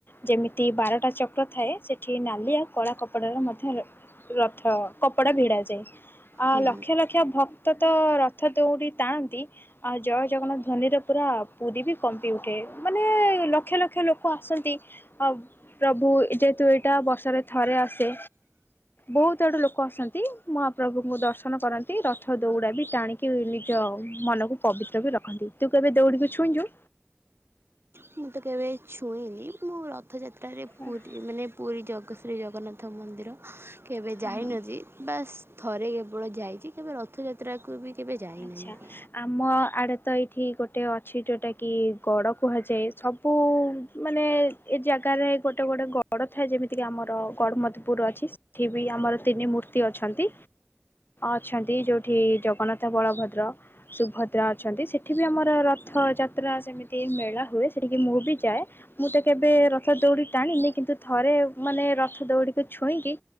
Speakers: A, on the left; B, on the right.
A: ଯେମତି ବାର ଟା ଚକ୍ର ଥାଏ ସେଠି ନାଲିଆ କଳା କପଡ଼ାର ମଧ୍ୟ ରଥ କପଡ଼ା ଭିଡ଼ାଯାଏ। ଅ
B: ହୁଁ
A: ଲକ୍ଷ ଲକ୍ଷ ଭକ୍ କ୍ତ ତ ରଥ ଦୌଡ଼ି ଟାଣନ୍ତି ଆଉ ଜୟ ଜଗନ୍ନାଥ ଧ୍ୱନିରେ ପୁରା ପୁରୀ ବି କମ୍ପି ଉଠେ ମାନେ ଲକ୍ଷ ଲକ୍ଷ ଲୋକ ଆସନ୍ତି ଆଉ ପ୍ରଭୁ ଯେହେତୁ ଏଇଟା ବର୍ଷାରେ ଥରେ ଆସେ ବହୁତୁ ଆଡୁ ଲୋକ ଆସନ୍ତି ମହାପ୍ରଭୁଙ୍କୁ ଦର୍ଶନ କରନ୍ତି ରଥ ଦୌଡା ବି ଟାଣିକି ବି ନିଜ ମନକୁ ପବିତ୍ର ବି ରଖନ୍ତି। ତୁ କେବେ ଦୌଡିିକି ଛୁଇଁଚୁ?
B: ମୁଁ ତ କେବେ ଛୁଇଁନି ମୁଁ ରଥଯାତ୍ରାରେ ପୁରୀ
A: ଆଚ୍ଛା
B: ମାନେ ପୁରୀ ଜଗ ଶ୍ରୀ ଜଗନ୍ନା ଥ ମନ୍ଦିର କେବେ ଯାଇନଜି
A: ହଁ।
B: ବାସ୍ ଥରେ କେବଳ ଯାଇଛି କେବେ ରଥଯାତ୍ରାକୁ ବି କେବେ ଯାଇନାହିଁ
A: ଆଛା ଆମ ଆଡେ ତ ଏଇଠି ଗୋଟେ ଅଛି ଯୋଉଟା କି ଗଡ କୁହାଯାଏ ସବୁ ମାନେ ଏ ଜାଗା ଟାରେ ଗୋଟେ ଗୋଟେ ଗଡ଼ ଥାଏ ଯେମିତିକି ଆମର ଗଡ଼ମଧୁପୁରୁ ଅଛି ସେଠି ବି ଆମର ତିନି ମୂର୍ତ୍ତି ଅଛ ଅନ୍ତି ଅଛନ୍ତି ଯୋଉଠି ଜଗନ୍ନା ବଳଭଦ୍ର ସୁଭଦ୍ରା ଅଛନ୍ତି ସେଠି ବି ଆମର ରଥଯାତ୍ରା ସେମିତି ମେଳା ହୁଏ ସେ ମୁଁ ବି ଯାଏ ମୁଁ ତ କେବେ ରଥ ଦୌଡି ଟାଣିନି କିନ୍ତୁ ଥରେ ମାନେ ରଥ ଦୌକୁ ଛୁ କହିଁକି?